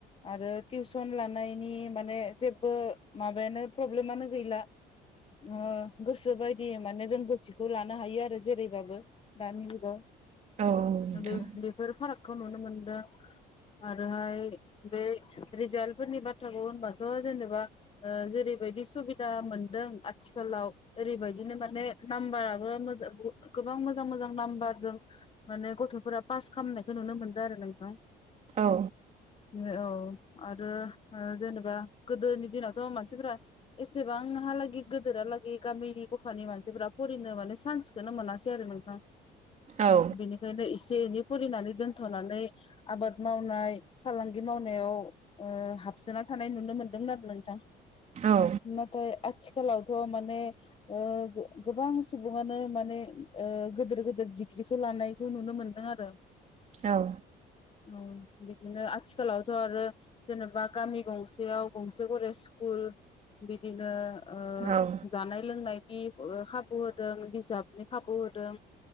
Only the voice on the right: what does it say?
औ नोंथां
औ
औ
औ
औ
औ